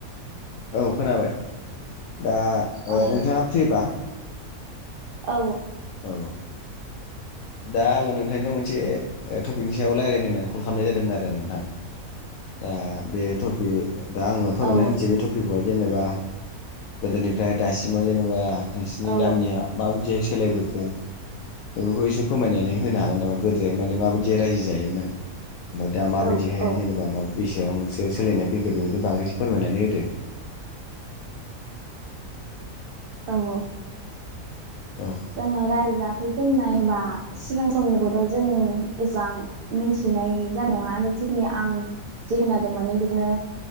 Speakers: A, on the left; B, on the right.
A: औ खोनाबाय दा
B: अ दे
A: नोंथाङा फ्रिबा।
B: औ।
A: औ दा आङो नोंथांजों मोनसे टपिकनि सायाव रायलायनो होननानै कल खालामनाय जादोंमोन आरो नोंथां। दा बे टपिक दा आङो फोरमायनानै
B: औ
A: होनसै बे टपिकखौहाय जेनेबा गोदोनिफ्राय दासिमाव जेनेबा नोंसिनि
B: औ
A: गामिया माबायदिहाय सोलायबोखो बेफोरखौ एसे फोरमायनानै होनो हागोन नामा गोदोहाय माने माबायदि रायजो जायोमोन? ओमफ्राय दा माबायदिहाय
B: औ औ
A: जेनेबा मा बेसेबांसो सोलायनाय फैखो बेफोरनि बागैसो फोरमायनानै होदो। <inaudible>
B: औ -औ।
A: औ
B: जोङो रायजो जाफै जेननाय बा सिगां समनिखौथ' जों एसेबां मिथिनाय जानाय नङा जिखिनि आं जि खोनादों माने बेखौनो